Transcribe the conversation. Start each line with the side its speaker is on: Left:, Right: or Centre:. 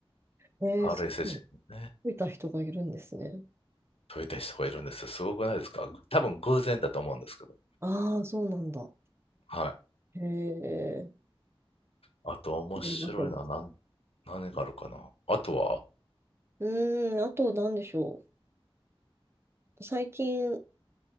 Right: うん。えー、
Left: RSS
Right: そう、
Left: のね、
Right: 見いた人がいるんですね。
Left: 解いた人がいるんですよ。すごくないですか多分偶然だと思うんですけど。
Right: ああ、そうなんだ。
Left: はい。
Right: へえ。
Left: あと面白いのは何、
Right: 知りませんでした。
Left: 何があるかなあとは、
Right: うーん、あと何でしょう。最近、